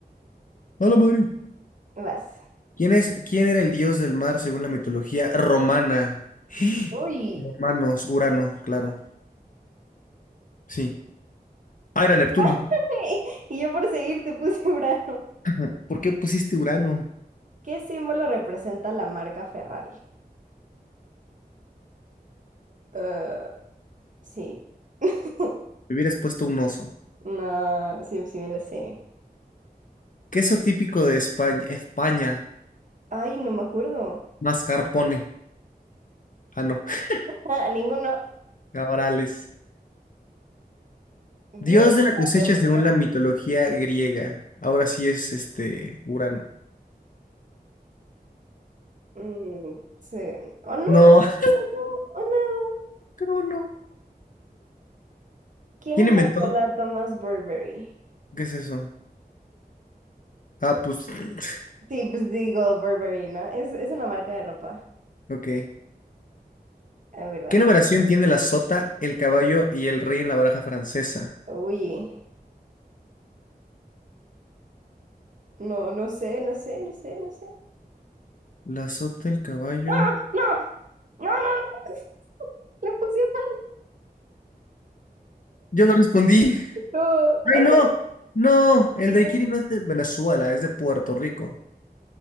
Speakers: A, on the left (about 55°); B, on the right (about 50°).
A: Hola, Madrid.
B: Vas.
A: ¿Quién es, quién era el dios del mar según la mitología romana? <gasps>
B: Uy.
A: Romanos, Urano, claro. Sí. Ah, era Neptuno.
B: <laughs> Y yo por seguir te puse <laughs> Urano.
A: <laughs> ¿Por qué pusiste Urano?
B: ¿Qué símbolo representa la marca Ferrari? Eh, sí. <laughs>
A: Me hubieras puesto un oso.
B: No, sí, sí me la sé.
A: Queso típico de España. España.
B: Ay, no me acuerdo.
A: Mascarpone. Ah, no. <laughs>
B: Ah, ninguno.
A: Cabrales.
B: Dios
A: Dios de la
B: la
A: cosecha
B: cosecha.
A: según la mitología griega. Ahora sí es este Urano.
B: Mm, sí. ¿O no?
A: No, <laughs>
B: ¿O no? ¿O nada?
A: Crono.
B: ¿Quién
A: ¿Quién
B: inventó
A: inventó?
B: la Thomas Burberry?
A: ¿Qué es eso? Ah, pues, <clears throat> <sniffs>
B: Sí, pues digo Burberry, ¿no? Es, es una marca de ropa.
A: ok.
B: A ver, vas.
A: ¿Qué numeración tiene la sota, el caballo y el rey en la baraja francesa?
B: Uy. No, no sé, no sé, no sé, no sé.
A: La sota, el caballo.
B: ¡Ah! ¡No! ¡No, no, no! <laughs> Le puse mal.
A: Yo no respondí.
B: No,
A: ¡Ay,
B: a ver,
A: no! No, el
B: ¿de
A: daiquiri
B: qué
A: no es de Venezuela, es de Puerto Rico.